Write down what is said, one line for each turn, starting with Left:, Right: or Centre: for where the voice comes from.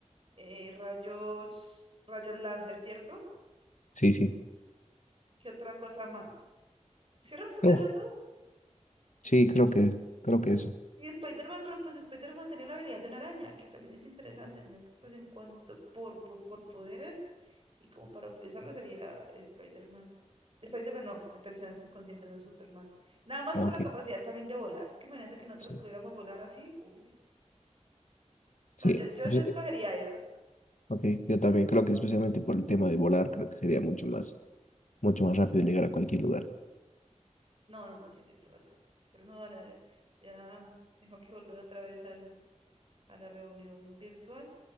Right: eh, rayos, rayos láser, ¿cierto?
Left: sí, sí.
Right: ¿Qué otra cosa más? ¿Cierto que
Left: Oh,
Right: esos dos?
Left: sí, creo que, creo que eso.
Right: Y Spider-Man, pero pues Spider-Man tenía la habilidad de una araña, que también es interesante, sino que pues en cuanto por, por, por poderes y como para utilizarlo sería Spider-Man. Spider-Man no, me traiciona el subconsciente, no Superman. Nada más
Left: Ah,
Right: por
Left: Ok,
Right: la capacidad también de volar. Es que imagínate que nosotros
Left: sí,
Right: pudiéramos volar así. uy.
Left: sí.
Right: No, yo, yo,
Left: Yo-
Right: yo escogería esa.
Left: Ok, yo también creo que especialmente por el tema de volar, creo que sería mucho más, mucho más rápido llegar a cualquier lugar.
Right: No, no, no, sí, tienes razón. Pero no, dale, dale. Ya tengo que volver otra vez al, a la reunión virtual.